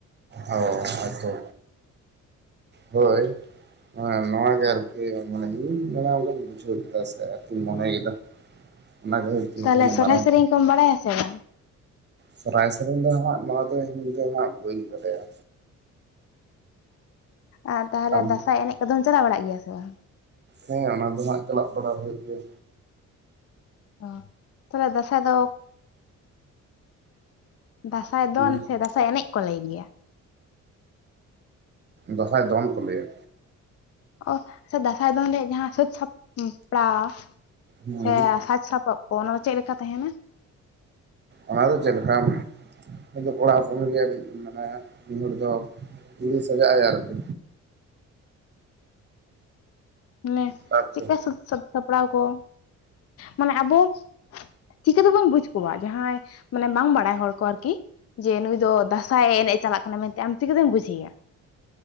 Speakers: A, on the right; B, on the left.
A: ᱦᱳᱭ ᱟᱪᱪᱷᱟ ᱟᱪᱪᱷᱟ ᱦᱳᱭ ᱱᱚᱣᱟᱜᱮ ᱟᱨᱠᱤ ᱢᱟᱱᱮ ᱤᱧ ᱢᱟᱱᱟ ᱜᱮᱧ ᱵᱩᱡᱷᱟᱹᱣ ᱠᱮᱫᱟ ᱥᱮ ᱟᱨᱠᱤᱧ ᱢᱚᱱᱮ ᱠᱮᱫᱟ ᱚᱱᱟ ᱜᱮ ᱦᱩᱭᱩᱜ
B: ᱛᱟᱦᱚᱞᱮ
A: ᱠᱟᱱᱟ
B: ᱥᱚᱨᱦᱟᱭ
A: ᱢᱟᱨᱟᱝ
B: ᱥᱮᱨᱮᱧ ᱠᱚᱢ ᱵᱟᱲᱟᱭᱟ ᱥᱮ ᱵᱟᱝ
A: ᱥᱚᱨᱚᱦᱟᱭ ᱥᱮᱨᱮᱧ ᱫᱚ ᱦᱟᱸᱜ ᱱᱚᱣᱟ ᱫᱚ ᱤᱧ ᱫᱚ ᱦᱟᱸᱜ ᱵᱟᱹᱧ ᱵᱟᱰᱟᱭᱟ
B: ᱚ ᱛᱟᱦᱚᱞᱮ
A: ᱟᱢ
B: ᱫᱟᱸᱥᱟᱭ ᱮᱱᱮᱡ ᱠᱚᱫᱚᱢ ᱪᱟᱞᱟᱣ ᱵᱟᱲᱟᱜ ᱜᱮᱭᱟ ᱥᱮ ᱵᱟᱝ
A: ᱦᱮᱸ ᱚᱱᱟ ᱫᱚ ᱦᱟᱸᱜ ᱪᱟᱞᱟᱜ ᱵᱟᱲᱟ ᱦᱩᱭᱩᱜ ᱜᱮᱭᱟ
B: ᱚ ᱛᱟᱦᱞᱮ ᱫᱟᱸᱥᱟᱭ ᱫᱚ <unintelligible> ᱟᱨ ᱫᱚᱱ
A: ᱦᱮᱸ
B: ᱥᱮ ᱥᱟᱸᱥᱟᱭ ᱮᱱᱮᱡ ᱠᱚ ᱞᱟᱹᱭ ᱜᱮᱭᱟ
A: ᱫᱟᱸᱥᱟᱭ ᱫᱚᱱ ᱠᱚ ᱞᱟᱹᱭᱟ
B: ᱚ ᱫᱟᱸᱥᱟᱭ ᱫᱚᱱ ᱨᱮᱭᱟᱜ ᱡᱟᱦᱟᱸ ᱥᱟᱹᱡᱽ ᱥᱟᱯᱲᱟᱣ
A: ᱦᱮᱸ
B: ᱥᱮ ᱥᱟᱡᱽ ᱥᱟᱯᱟᱵ ᱚ ᱚᱱᱟᱫᱚ ᱪᱮᱫ ᱞᱮᱠᱟ ᱛᱟᱦᱮᱱᱟ
A: ᱚᱱᱟ ᱫᱚ ᱪᱮᱫ ᱞᱮᱠᱟ ᱩᱱᱤ ᱫᱚ ᱠᱚᱲᱟ ᱦᱚᱯᱚᱱ ᱜᱮ ᱢᱮᱱᱟ ᱩᱱᱤ ᱦᱚᱲ ᱫᱚ ᱠᱩᱲᱤ ᱥᱟᱡᱟᱜ-ᱟᱭ ᱟᱨᱠᱤ
B: ᱢᱟᱱᱮ
A: ᱛᱟᱨᱯᱚᱨ
B: ᱪᱮᱫᱠᱟ ᱥᱟᱹᱛ ᱥᱟᱯᱲᱟᱣ ᱠᱚ ᱢᱟᱱᱮ ᱟᱵᱚ ᱪᱤᱠᱟᱹ ᱫᱚᱵᱚᱱ ᱵᱩᱡ ᱠᱚᱣᱟ ᱡᱟᱦᱟᱸᱭ ᱢᱟᱱᱮ ᱵᱟᱝ ᱵᱟᱲᱟᱭ ᱦᱚᱲ ᱠᱚ ᱟᱨᱠᱤ ᱡᱮ ᱱᱩᱭ ᱫᱚ ᱫᱟᱸᱟᱭ ᱮᱱᱮᱡ ᱪᱟᱞᱟᱜ ᱠᱟᱱᱟ ᱢᱮᱱᱛᱮ ᱟᱢ ᱪᱤᱠᱟᱹᱛᱮᱢ ᱵᱩᱡᱷᱮᱭᱟ